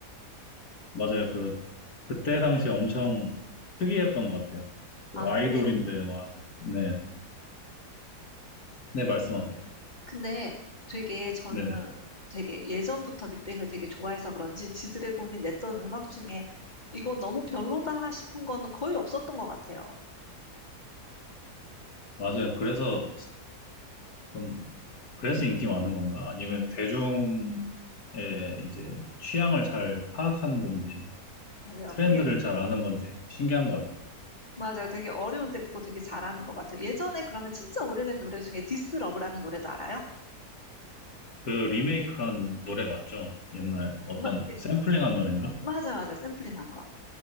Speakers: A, on the left (about 65°); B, on the left (about 25°).
A: 맞아요. 그, 그때 당시 엄청 특이했던 것 같아요. 그
B: 아,
A: 아이돌인데
B: 근데,
A: 막, 네. 네, 말씀하세요.
B: 근데 되게 저는
A: 네네.
B: 되게 예전부터 빅뱅을 되게 좋아해서 그런지 지드래곤이 냈던 음악 중에 이거 너무 별로다 싶은 건 거의 없었던 것 같아요.
A: 맞아요. 그래서 좀, 그래서 인기 많은 건가? 아니면 대중의 이제 취향을 잘 파악하는 건지,
B: 맞아요.
A: 트렌드를
B: 그게,
A: 잘 아는 건지 신기한 것 같아요.
B: 맞아요. 되게 어려운데 그거 되게 잘하는 것 같아요. 예전에 그러면 진짜 오래된 노래 중에 디스 러브라는 노래도 알아요?
A: 그 리메이크한 노래 맞죠? 옛날 어떤
B: 마, 예,
A: 샘플링한 노래인가?
B: 맞아요, 맞아요. 샘플링한 거.